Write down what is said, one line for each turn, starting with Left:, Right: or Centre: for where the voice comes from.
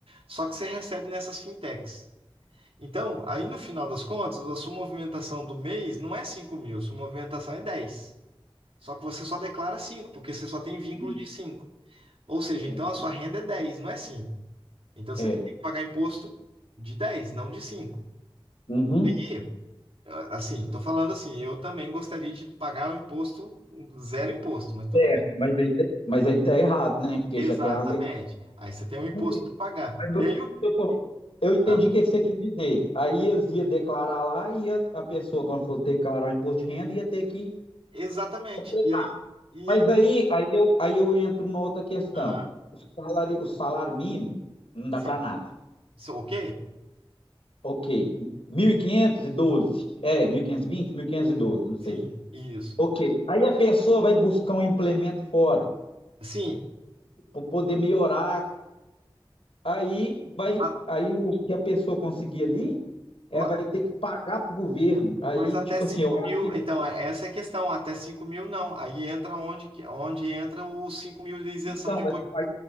Right: Só que você recebe nessas fintechs. Então, aí no final das contas, a sua movimentação do mês não é cinco mil, sua movimentação é 10. Só que você só declara
Left: Tá.
Right: 5, porque você só tem vínculo
Left: Uhum.
Right: de 5. Ou seja,
Left: É.
Right: então a sua renda é dez não é cinco Então você
Left: É.
Right: tem que pagar imposto de dez não de cinco
Left: Uhum.
Right: E, ah, assim, estou falando assim, eu também gostaria de pagar o imposto, zero imposto, mas tudo
Left: É,
Right: bem.
Left: mas aí, tá- mas aí tá errado, né? Porque
Right: Exatamente.
Left: já tem a lei pra
Right: Aí você tem um imposto
Left: cumprir.
Right: para pagar.
Left: Mas eu,
Right: E aí,
Left: se
Right: o-
Left: eu for- eu entendi
Right: ah,
Left: o que que você quis dizer. Aí eles iam declarar lá e ia- a pessoa, quando fosse declarar o imposto de renda, ia ter que
Right: exatamente.
Left: completar.
Right: E aí, e
Left: Mas
Right: aí,
Left: aí, aí, eu, aí eu entro numa outra questão.
Right: aham,
Left: O salário, o salário mínimo não dá
Right: sim.
Left: para nada.
Right: So, ok?
Left: Ok. mil e e quinhentos e doze. É, mil mil quinhentos quinhentos e vinte, mil quinhentos e doze, não sei.
Right: Sim, isso.
Left: Ok. Aí a pessoa vai buscar um implemento fora,
Right: Sim,
Left: para poder melhorar Aí vai,
Right: a-
Left: aí o que a pessoa conseguir ali, ela
Right: ma-
Left: vai ter que pagar para o governo. Aí,
Right: mas até
Left: tipo
Right: cinco
Left: assim, eu acho
Right: mil,
Left: que.
Right: então, é- essa é a questão, até cinco mil não. Aí entra onde, que- onde entra os cinco mil de isenção
Left: Então,
Right: de imposto.
Left: mas- aí-